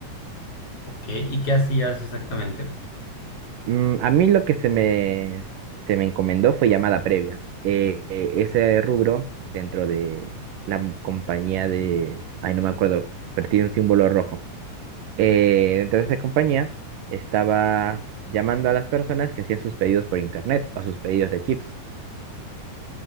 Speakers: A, on the left; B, on the right.
A: Ok, ¿y qué hacías exactamente?
B: Mm, a mí lo que se me, se me encomendó fue llamada previa. Eh, eh, ese rubro dentro de la m- compañía de... Ay, no me acuerdo, pero tiene un símbolo rojo. Eh, dentro de esa compañía estaba llamando a las personas que hacían sus pedidos por internet o sus pedidos de chips.